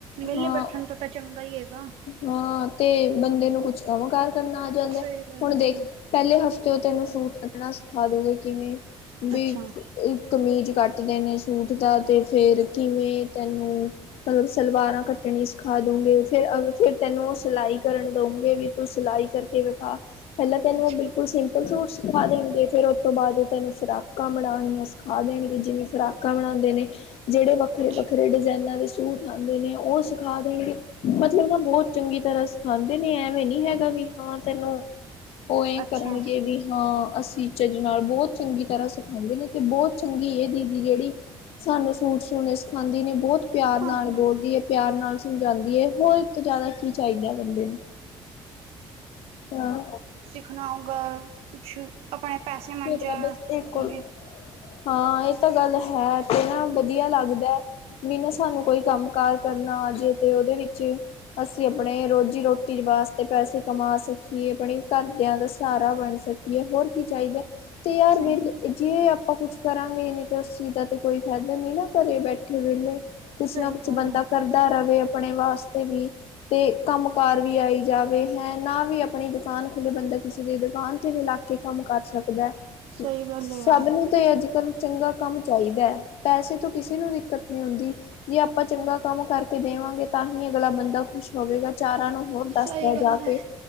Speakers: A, on the right; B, on the left.
A: ਵਿਰਲੇ
B: ਹਾਂ
A: ਬੈਠਣ ਤੋਂ ਤਾਂ ਚੰਗਾ ਹੀ ਹੈਗਾ
B: ਹਾਂ ਤੇ ਬੰਦੇ ਨੂੰ ਕੁਛ ਕੰਮ ਕਾਰ ਕਰਨਾ ਆ ਜਾਂਦਾ
A: ਸਹੀ ਗੱਲ
B: ਹੁਣ
A: ਹੈ
B: ਦੇਖ
A: ਹਾਂ
B: ਪਹਿਲੇ ਹਫ਼ਤੇ ਤੋਂ ਤੈਨੂੰ ਸੂਟ ਕੱਢਣਾ ਸਿਖਾ ਦੋਗੇ ਕਿਵੇਂ ਵੀ
A: ਅੱਛਾ
B: ਕਮੀਜ਼ ਕੱਟਦੇ ਨੇ ਸੂਟ ਦਾ ਤੇ ਫਿਰ ਕਿਵੇਂ? ਹੂ ਸਲਵਾਰਾਂ ਕੱਟਣੀ ਸਿਖਾ ਦੋਗੇ। ਫਿਰ ਅਗ ਫਿਰ ਤੈਨੂੰ ਉਹ ਸਿਲਾਈ ਕਰਨ ਦਊਗੇ ਵੀ ਤੂੰ ਸਿਲਾਈ ਕਰਕੇ ਵਿਖਾ। ਪਹਿਲਾਂ ਤੈਨੂੰ
A: ਅੱਛਾ
B: ਉਹ ਬਿਲਕੁਲ ਸਿੰਪਲ ਸੂਟ ਸਿਖਾ ਦੇਣਗੇ ਫੇਰ ਉਹ ਤੋਂ ਬਾਅਦ ਉਹ ਤੈਨੂੰ ਫੁਰਾਕਾਂ ਬਣਾਉਣੀਆਂ। ਖਾ ਦੇਣਗੇ ਜਿਵੇਂ ਫੁਰਾਕਾਂ ਬਣਾਉਂਦੇ ਨੇ ਜਿਹੜੇ ਵੱਖਰੇ
A: ਅੱਛਾ
B: -ਵੱਖਰੇ ਡਿਜ਼ਾਇਨਾਂ ਦੇ ਸੂ ਸੂਟ ਲਾਂਦੇ ਨੇ ਉਹ ਸਿਖਾ ਦੇਣਗੇ। ਮਤਲਬ ਨਾ ਬਹੁਤ ਚੰਗੀ ਤਰ੍ਹਾਂ ਸਿਖਾਉਂਦੇ ਨੇ, ਐਵੇਂ ਨੀ ਹੈਗਾ ਵੀ ਹਾਂ ਤੈਨੂੰ, ਉਹ ਇਹ
A: ਅੱਛਾ
B: ਕਰਨਗੇ ਵੀ ਹਾਂ ਅਸੀਂ ਚੱਜ ਨਾਲ ਬਹੁਤ ਚੰਗੀ ਤਰ੍ਹਾਂ ਸਿਖਾਉਂਦੇ ਨੇ। ਤੇ ਬਹੁਤ, ਚੰਗੀ ਇਹ ਦੀਦੀ ਜਿਹੜੀ ਸਾਨੂੰ ਸੂਟ ਸਿੳਣੇ ਸਿਖਾਂਦੀ ਨੇ ਬਹੁਤ ਪਿਆਰ
A: ਹਾਂ
B: ਨਾਲ
A: ਹਾਂ
B: ਬੋਲਦੀ ਏ। ਪਿਆਰ ਨਾਲ ਸਮਝਾਉਂਦੀ ਏ ਹੋਰ। ਤੋਂ ਜ਼ਿਆਦਾ ਕੀ ਚਾਹੀਦਾ ਬੰਦੇ ਨੂੰ ਹਾਂ।
A: ਖਣਾ ਹੋਊਗਾ ਕੁਛ ਆਪਣੇ ਪੈਸੇ ਮੰਣ
B: ਮੇਰਾ
A: ਜਾ
B: ਬਸ
A: ਅਗੇ।
B: ਇਹ ਕੋਲ ਹਾਂ ਇਹ ਤਾਂ ਗੱਲ ਹੈ ਕਹਿਣਾ ਵਧੀਆ ਲੱਗਦਾ।। ਵੀ ਨਾ ਸਾਨੂੰ ਕੋਈ ਕੰਮ ਕਾਰ ਕਰਨਾ ਆ ਜਾਵੇ ਤੇ ਉਹਦੇ ਵਿੱਚ। ਅਸੀਂ ਆਪਣੇ ਰੋਜ਼ੀ ਰੋਟੀ ਵਾਸਤੇ ਪੈਸੇ ਕਮਾ ਸਕੀਏ ਆਪਣੇ ਘਰਦਿਆਂ ਦਾ ਸਹਾਰਾ ਬਣ ਸਕੀਏ ਹੋਰ ਕੀ ਚਾਹੀਦਾ ਅਤੇ ਯਾਰ
A: ਸਹੀ
B: ਵਿਗ ਜੇ ਆਪਾਂ ਕੁਛ ਕਰਾਂਗੇ ਨਹੀਂ ਤਾਂ ਉਸ ਚੀਜ਼ ਦਾ ਤਾਂ ਕੋਈ ਫਾਇਦਾ ਨਹੀਂ ਨਾ ਘਰ ਬੈਠੇ ਵੇਲੇ ਕੁਛ
A: ਸਹੀ
B: ਨਾ ਕੁਛ
A: ਗੱਲ
B: ਬੰਦਾ
A: ਹੈ
B: ਕਰਦਾ ਰਹੇ ਆਪਣੇ ਵਾਸਤੇ ਵੀ ਤੇ ਕੰਮ ਕਾਰ ਵੀ ਆਈ ਜਾਵੇ ਹੈ ਨਾ ਵੀ ਆਪਣੀ ਦੁਕਾਨ ਖੁੱਲੇ ਬੰਦਾ ਕਿਸੇ ਦੀ ਦੁਕਾਨ ਮਿਲਾਕੇ ਕੰਮ ਕਰ ਸਕਦਾ ਹੈ
A: ਸਹੀ ਗੱਲ
B: ਸਭ
A: ਹੈ ਯਾਰ
B: ਨੂੰ ਤੇ ਅੱਜ ਕੱਲ੍ਹ ਚੰਗਾ ਕੰਮ ਚਾਹੀਦਾ ਹੈ ਪੈਸੇ ਤੋਂ ਕਿਸੇ ਨੂੰ ਦਿੱਕਤ ਨਹੀਂ ਹੁੰਦੀ। ਜੇ ਆਪਾਂ ਚੰਗਾ ਕੰਮ ਕਰਕੇ ਦੇਵਾਂਗੇ ਤਾਂ ਹੀ ਅਗਲਾ ਬੰਦਾ ਖੁਸ਼ ਹੋਵੇਗਾ ਚਾਰਾਂ ਨੂੰ ਹੋਰ ਦੱਸਦਾ
A: ਸਹੀ ਗੱਲ
B: ਜਾ ਕੇ